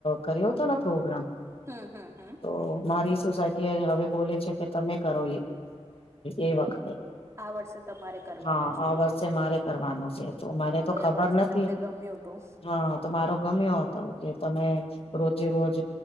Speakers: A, on the left (about 60°); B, on the right (about 25°).
A: કર્યો હતો ને પ્રોગ્રામ
B: હમ હમ હમ
A: તો મારી સોસાયટી હવે બોલે છે કે તમે કરો એ વખતે
B: આ વર્ષે તમારે કરવાનું
A: હા
B: છેું
A: આ વર્ષે મારે કરવાનું છે તો મારે તો ખબર
B: વર્ષે
A: નથી
B: તમને ગમ્યું હતું
A: હા તો મારો ગમે એ હતો કે તમે રોજે રોજ